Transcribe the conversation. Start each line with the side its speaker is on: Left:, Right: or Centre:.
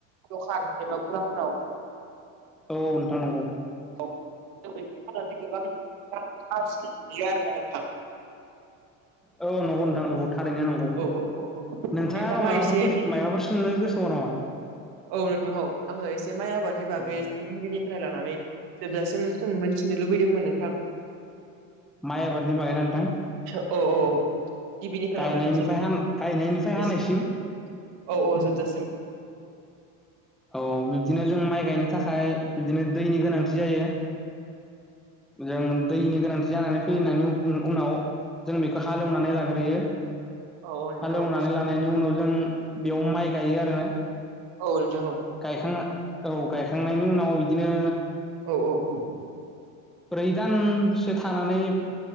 Right: दखान एबा गलाफोराव
Centre: औ नोंथां नोंगौ।
Right: जों बेखौ फाननानै गोबां रां आरजियो आरो ना नोंथां। <inaudible>
Centre: औ नंगौ नोंथां नंगौ थारैनो नंगौ।
Right: औ औ औ औ
Centre: नोंथाङा आंनाव मायबाफोर
Right: एसे
Centre: कुसन मायबाफोर सोंनो गोसोबाव नामा?
Right: औ नोंथां औ आं एसे माइ आबादनि बागै
Centre: औ
Right: गिबिनि फ्राय लानानै जोबजासिम मोनथिनो लुबैदोंमोन नोंथां।
Centre: माइ आबादनि बागैना नोंथां?
Right: औ औ औ। गिबिनिफ्राय
Centre: गायनायनिफ्राय
Right: लानानै
Centre: हान गायनायनिफ्राय
Right: जोबजासिम
Centre: हानायसिम।
Right: औ औ जोबजासिम।
Centre: औ बिब्दिनो जों माइ गायनो थाखाय बिदिनो दैनि गोनांथि जायो। जों दैनि गोनांथि जानानै फैनायनि
Right: औ
Centre: उनाव जों बेखौ हालेवनानै लाग्रोयो।
Right: औ औ नोंथां
Centre: हालेवनानै
Right: औ
Centre: लानायनि उनाव जों बेयाव माइ गायो आरो
Right: औ नोंथां औ।
Centre: गायखांना औ गायखांनायनि उनाव बिदिनो
Right: औ औ
Centre: ब्रै दानसो थानानै